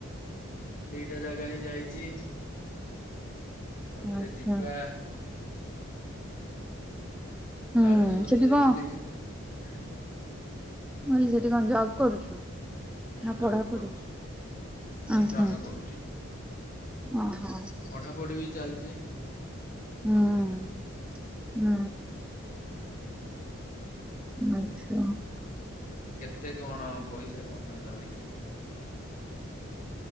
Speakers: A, on the left (about 40°); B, in the centre.
A: ଦିଟା ଜାଗା ହିଁ ଯାଇଚି ଆଉ ଗୋଟେ
B: ଆଚ୍ଛା
A: ଯିବା।
B: ହୁଁ
A: କାଳେଶ୍ଵର
B: ସେଠି
A: ଯାଇଥିଲି
B: କଣ
A: ହୁଁ।
B: ମୁଁ କହିନି ସେଠି କଣ ଜବ୍ କରୁଛ?
A: ହଁ
B: ନା
A: ଜବ୍
B: ପଢାପଢି?
A: କରୁଛି ନାଇଁ
B: ଉଁ
A: କାମ
B: ହୁଁ
A: କରୁଛି।
B: ଓହୋ।
A: ପଢ଼ାପଢ଼ି ବି ଚାଲିଛି
B: ହୁଁ
A: କଣ୍ଟିନ୍ୟୁ।
B: ହୁଁ। ଆଚ୍ଛା।
A: କେତେ କଣ ପଇସା କମେଇଲଣି?